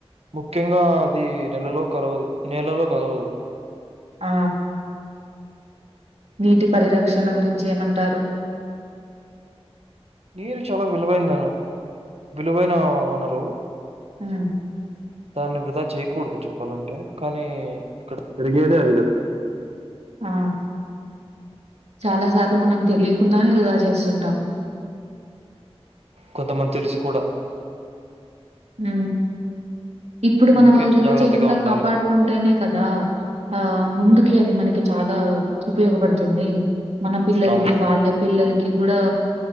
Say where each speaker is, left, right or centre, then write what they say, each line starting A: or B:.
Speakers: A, on the right; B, on the right.
A: ముఖ్యంగా అది నెలలో కలవదు నేలలో కలవదు
B: ఆ నీటి పరిరక్షణ గురించి ఏమంటారు
A: నీరు చాలా విలువైందన్న విలువైన వనరు
B: ఆ
A: దాన్ని వృధా చేయకూడదు చెప్పాలంటే కానీ ఇక్కడ జరిగేదే అది కదా
B: ఆ చాలా సార్లు మనం తెలియకుండానే వృధా చేస్తుంటాము
A: కొంతమంది తెలిసి కూడా
B: మ్ ఇప్పుడు మనం
A: అందుకే
B: వృధా
A: జాగ్రత్తగా
B: చేయకుండా
A: ఉండాలి.
B: కాపాడుకుంటేనే కదా ఆ ముందుకి అది మనక్ కి చాలా ఉపయోగపడుతుంది మన పిల్లలకి
A: అవును.
B: వాళ్ళ పిల్లలకి కూడా